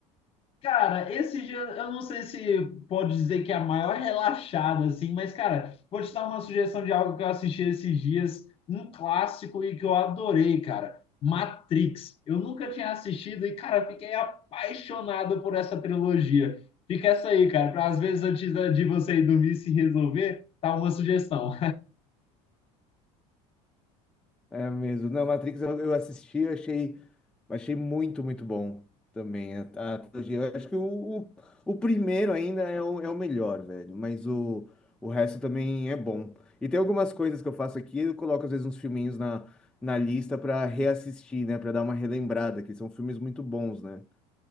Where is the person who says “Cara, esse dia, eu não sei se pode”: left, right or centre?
Left